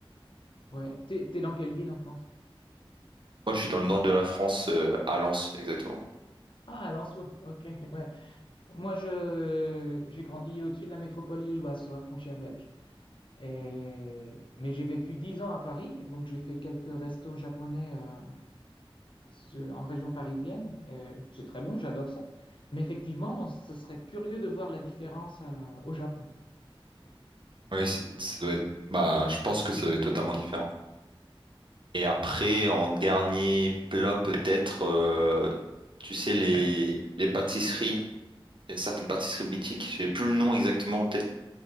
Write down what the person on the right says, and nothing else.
Moi, je suis dans le nord de la France, euh, à Lens, exactement.
Oui, ça ça doit être. Bah, je pense que ça doit être totalement différent. Et après, en dernier plat, peut-être, euh, tu sais, les, les pâtisseries. Il y a certaines pâtisseries mythiques. J'ai plus le nom exactement en tête.